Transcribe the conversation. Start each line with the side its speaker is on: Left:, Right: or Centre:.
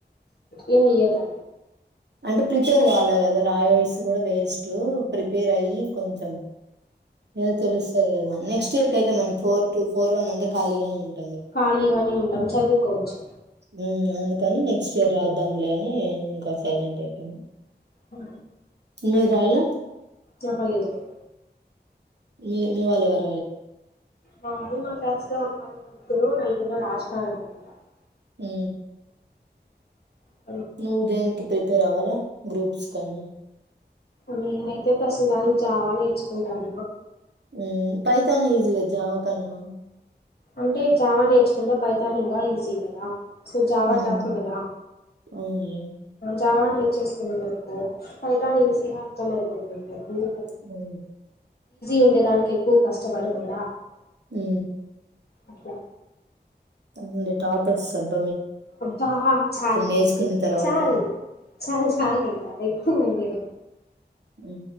Left: ఏ మీ <unintelligible>
Right: అంటే ప్రిపేర్ కావాలి కదా రాయేసి కూడా వేస్ట్ ప్రిపేర్ అయ్యి కొంచెం ఏదో తెలుస్తది కదా నెక్స్ట్ ఇయర్ కయితే మనకి ఫోర్ టూ ఫోర్ వన్ కాలీగానే ఉంది
Left: ఖాళీగానే ఉంటాం చదువుకోవచ్చు
Right: ఉ అందుకని నెక్స్ట్ ఇయర్ రాద్దాంలే అని ఇంక సైలెంట్ అయిపోయిన
Left: అ
Right: మీరు రాయలా
Left: చెప్పలేదు లే
Right: మీ మీ వాల్లేవరు
Left: మమ్మీ మా క్లాస్ లొ అమ్మాయి తరువు నైపుద రాజ్కా అకుంద <unintelligible>
Right: హ
Left: అ
Right: నువ్వుదేనికి ప్రిపేర్ అవ్వలా గ్రూప్స్ కానీ
Left: నేనైతే ప్రస్తుతానికి జావా నేర్చుకుంటాన
Right: అ పైథాన్ ఈజీ కద జావా కన్నా
Left: అంటే జావా నేర్చుకుంటే ఫైతాన్ ఇంగా ఈజీ కదా సొ జావా
Right: మ్మ్
Left: టఫ్ గదా
Right: అవునులే
Left: జావా నేర్చేసుకున్నామనుకో పైతాన్ ఈజీగా అర్థమైతది ఇ <unintelligible>
Right: ఉ
Left: ఉండే దానికి ఎక్కువ కష్టం కష్టపడుకుండా
Right: ఆ
Left: అట్లా
Right: ఆ <unintelligible> టాపర్స్బ్
Left: అబ్బా చాల్
Right: నేర్చుకున్న తర్వాత
Left: చాల్ చాల్ చాల్ ఇంక ఎక్కువ మోయ
Right: ఉ